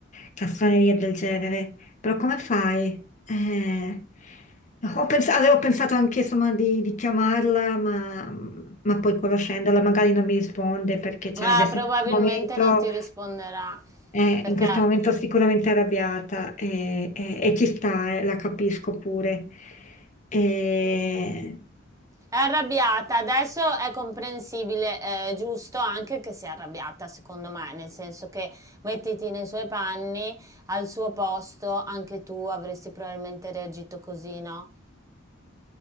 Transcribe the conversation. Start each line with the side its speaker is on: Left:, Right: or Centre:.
Left: castroneria del genere. Però come fai? Eh, ho pens- avevo pensato anche insomma di, di chiamarla, ma, ma poi conoscendola magari non mi risponde perché cioè, adesso
Right: Ah, probabilmente
Left: in questo momento...
Right: non ti risponderà
Left: Eh,
Right: perché
Left: in questo momento sicuramente arrabbiata eh, eh, e, ci sta, eh, la capisco pure. Eh,
Right: È arrabbiata, adesso è comprensibile, eh, giusto anche che sia arrabbiata, secondo me, nel senso che mettiti nei suoi panni, al suo posto, anche tu avresti probabilmente reagito così, no?